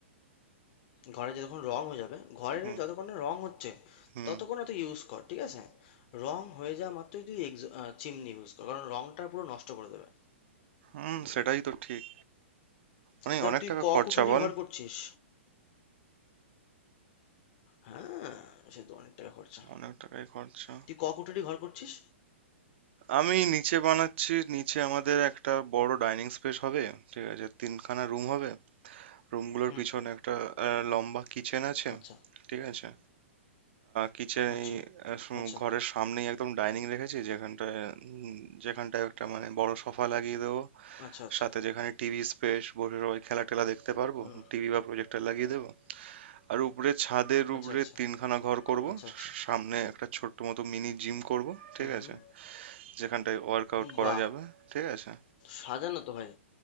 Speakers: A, on the left (about 40°); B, on the right (about 60°).
A: ঘরে যতক্ষণ রং হয়ে যাবে ঘরের
B: হুম
A: যতক্ষণ না রং হচ্ছে
B: হুম
A: ততক্ষণ না তুই ইউজ কর ঠিক আছে রং হয়ে যাওয়া মাত্রই তুই এক্স চিমনি ইউজ কর কারণ রংটা পুরো নষ্ট করে দেবে
B: হুম
A: বুঝলে
B: সেটাই তো ঠিক অনেক
A: দেখ
B: অনেক
A: তুই
B: টাকা
A: ক
B: খরচা
A: কুটুরি
B: বল
A: ঘর করছিস হ্যাঁ সে তো অনেক টাকা খরচা
B: অনেক টাকাই খরচা
A: তুই ক কুটুরি ঘর করছিস
B: আমি নিচে বানাচ্ছি নিচে আমাদের একটা বড় ডাইনিং স্পেস হবে ঠিক আছে তিনখানা রুম হবে রুমগুলোর
A: হুম
B: পিছনে একটা আহ, লম্বা কিচেন আছে
A: আচ্ছা
B: ঠিক আছে কিচেন
A: আচ্ছা
B: এই আহ, সু-
A: আচ্ছা
B: ঘরের সামনেই একদম ডাইনিং রেখেছি যেখানটায় উম, যেখানটায় একটা মানে বড় সোফা লাগিয়ে দেবো
A: আচ্ছা আচ্ছা
B: সাথে যেখানে টিভি স্পেস বসে সবাই খেলা টেলা দেখতে পারবো
A: হুম
B: টিভি বা প্রজেক্টর লাগিয়ে দেবো আর উপরে ছাদের
A: আচ্ছা
B: উপরে
A: আচ্ছা
B: তিনখানা ঘর করব
A: আচ্ছা আচ্ছা
B: সামনে একটা ছোট্ট মতো মিনি জিম করব ঠিক
A: হুম হুম
B: আছে যেখানটায় ওয়ার্কআউট করা
A: বাহ
B: যাবে ঠিক আছে
A: সাজানো তো ভাই